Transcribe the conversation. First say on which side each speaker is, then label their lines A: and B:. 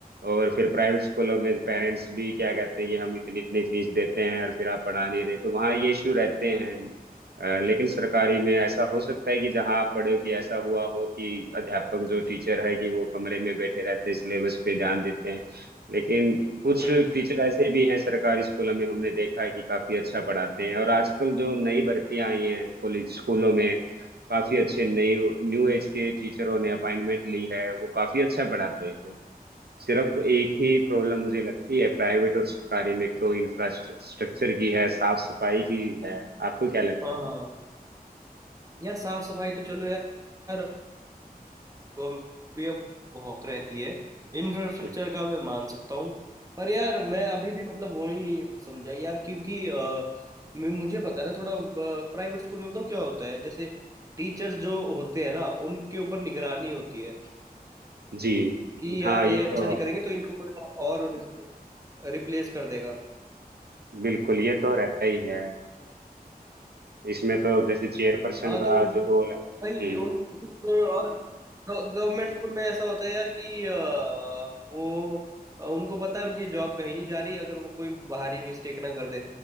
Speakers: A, on the right; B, on the right.
A: और फिर प्राइवेट स्कूलों में पेरेंट्स भी क्या कहते हैं कि हम इतनी इतनी फीस देते हैं और फिर आप पढ़ा नहीं रहे तो वहाँ ये इश्यू रहते हैं अ, लेकिन सरकारी में ऐसा हो सकता है कि जहाँ आप पढ़े हो कि ऐसा हुआ हो कि अध्यापक जो टीचर है कि वो कमरे में बैठे रहते हैं सिलेबस पे ध्यान देते हैं लेकिन कुछ
B: हम्म
A: टीचर ऐसे भी हैं सरकारी स्कूलों में हमने देखा है कि काफी अच्छा पढ़ाते हैं और आजकल जो नई भर्तियां आई हैं कॉलेज- स्कूलों में काफी अच्छे नई न्यू एज के टीचरों ने अपॉइंटमेंट ली है वो काफी अच्छा पढ़ाते हैं सिर्फ एक ही प्रॉब्लम मुझे लगती है प्राइवेट और सरकारी में एक तो इंफ्रास्ट्रक्चर की है साफ सफाई की है आपको क्या लगता
B: हाँ
A: है
B: यार साफ सफाई तो चलो यार गवर्नमेंट भी अब बहुत रहती है इंफ्रास्ट्रक्चर
A: हम्म।
B: का मैं मान सकता हूँ पर यार मैं अभी भी मतलब वो नहीं समझा यार क्योंकि अ, मैं- मुझे पता है ना थोड़ा प्राइवेट स्कूल में बताऊँ क्या होता है जैसे टीचर्स जो होते हैं ना उनके ऊपर निगरानी होती है
A: जी
B: कि
A: हाँ
B: यार
A: ये
B: ये अच्छा
A: तो
B: नहीं करेंगे तो इनको कोई और रिप्लेस कर देगा
A: बिल्कुल ये तो रहता ही है इसमें तो जैसे चेयर पर्सन
B: हाँ
A: का
B: तो
A: जो रोल है हम्म,
B: वही उनको और गवर्नमेंट स्कूल में ऐसा होता है यार कि अ, वो अ, उनको पता है उनकी जॉब कहीं नहीं जा रही अगर वो कोई बाहरी मिस्टेक ना कर दे